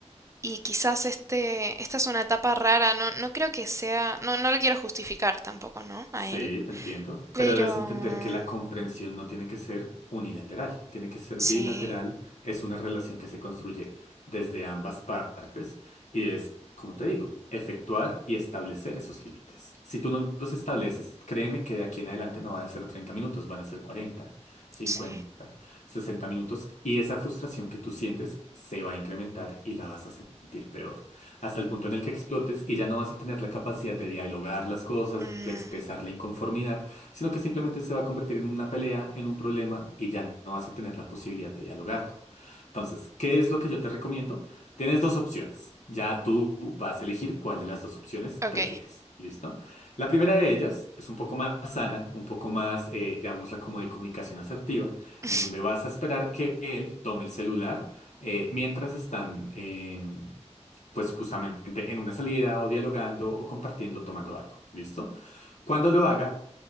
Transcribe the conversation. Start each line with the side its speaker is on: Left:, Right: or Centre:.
Right: y quizás este, esta es una etapa rara. No, no creo que sea... No, no lo quiero justificar tampoco, ¿no? A
Left: Sí,
Right: él.
Left: te entiendo,
Right: Pero...
Left: pero debes entender que la comprensión no tiene que ser unilateral, tiene que ser
Right: Sí,
Left: bilateral, es una relación que se construye desde ambas partes y es, como te digo, efectuar y establecer esos límites. Si tú no los estableces, créeme que de aquí en adelante no van a ser 30 minutos, van a ser 40, 50,
Right: sí.
Left: 60 minutos y esa frustración que tú sientes se va a incrementar y la vas a sentir peor hasta el punto en el que explotes y ya no vas a tener la capacidad de dialogar las cosas,
Right: Mm,
Left: de expresar la inconformidad, sino que simplemente se va a convertir en una pelea, en un problema y ya no vas a tener la posibilidad de dialogarlo. Entonces, ¿qué es lo que yo te recomiendo? Tienes dos opciones. Ya tú vas a elegir cuál de las dos opciones
Right: ok.
Left: prefieres. ¿Listo? La primera de ellas es un poco más sana, un poco más, eh, llamémosla como de comunicación asertiva,
Right: <laughs>
Left: en donde vas a esperar que él tome el celular eh, mientras están, em, pues justamente en una salida o dialogando o compartiendo, tomando algo. ¿Listo? Cuando lo haga,